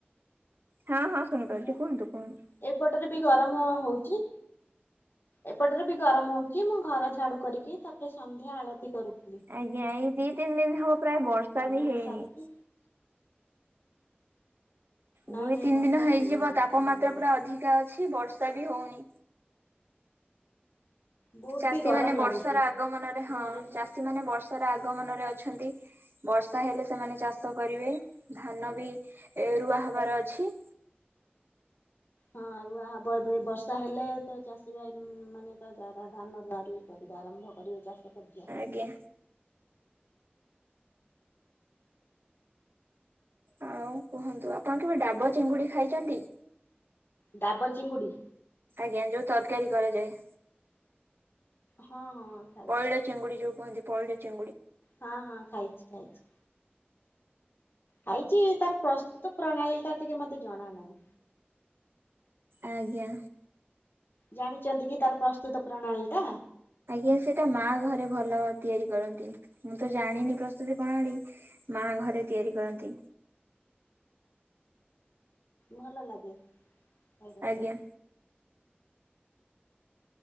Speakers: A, on the right (about 65°); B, on the left (about 65°).
A: ହଁ ହଁ ଶୁଣିପାରୁଛି
B: ମୁଁ
A: କୁହନ୍ତୁ କୁହନ୍ତୁ।
B: ଏପଟରେ ବି ଗରମ ହଉଛି। ଏପଟରେ ବି ଗରମ ହଉଛି। ମୁଁ ଘର ଝାଡୁ କରିକି ତାପରେ ସନ୍ଧ୍ୟା ଆଳତି କରୁଛି।
A: ଆଜ୍ଞା ଏଇ ଦି ତିନି ଦିନ ହବ ପ୍ରାୟ ବର୍ଷା
B: ମାନେ
A: ବି ହେଇନି।
B: ସାରିକି ନାଇଁ
A: ଦୁଇ
B: ନାଇଁ
A: ତିନି
B: ବର୍ଷା
A: ଦିନ ହେଇଯିବ
B: ବି ହେଇନି
A: ତାପମାତ୍ରା
B: ଜମା ବି।
A: ପୁରା ଅଧିକା ଅଛି ବର୍ଷା ବି ହଉନି।
B: ବହୁତ
A: ଚାଷୀ
B: ବି ଗରମ
A: ମାନେ ବର୍ଷାର
B: ଲାଗୁଛି
A: ଆଗମନରେ ହଁ
B: ଘରେ ବି
A: ଚାଷୀ ମାନେ ବର୍ଷାର ଆଗମନରେ ଅଛନ୍ତି। ବର୍ଷା ହେଲେ ସେମାନେ ଚାଷ କରିବେ ଧାନ ବି ରୁଆ ହବାର ଅଛି।
B: ହଁ ରୁଆ ହବ ବର୍ଷା ହେଲେ ତ ଚାଷୀ ଭାଇ ମାନେ ତ ଯା ଧାନ ରୁଆଁ ରୁଇଁ କରିବା ଆରମ୍ଭ କରିବେ ଚାଷ କାର୍ଯ୍ୟ।
A: ଆଜ୍ଞା। ଆଉ କୁହନ୍ତୁ ଆପଣ କେବେ ଡାବ ଚିଙ୍ଗୁଡି ଖାଇଛନ୍ତି?
B: ଡାବ ଚିଙ୍ଗୁଡ଼ି।
A: ଆଜ୍ଞା ଯୋଉ ତରକାରୀ କରାଯାଏ।
B: ହଁ ହଁ। ଖାଇଛି
A: ପଇଡ ଚିଙ୍ଗୁଡି ଯୋଉ କୁହନ୍ତି ପଇଡ ଚିଙ୍ଗୁଡି।
B: ହଁ ହଁ ଖାଇଛି ଖାଇଛି। ଖାଇଛି ତାର ପ୍ରସ୍ତୁତ ପ୍ରଣାଳୀଟା ଟିକେ ମତେ ଜଣା ନାହିଁ।
A: ଆଜ୍ଞା।
B: ଜାଣିଛନ୍ତି କି ତାର ପ୍ରସ୍ତୁତ ପ୍ରଣାଳୀ ଟା?
A: ଆଜ୍ଞା ସେଟା ମା ଘରେ ଭଲ ତିଆରି କରନ୍ତି ମୁଁ ତ ଜାଣିନି ପ୍ରସ୍ତୁତି ପ୍ରଣାଳୀ। ମା ଘରେ ତିଆରି କରନ୍ତି।
B: ଭଲ ଲାଗେ ଖାଇବା
A: ଆଜ୍ଞା।
B: ପାଇଁ।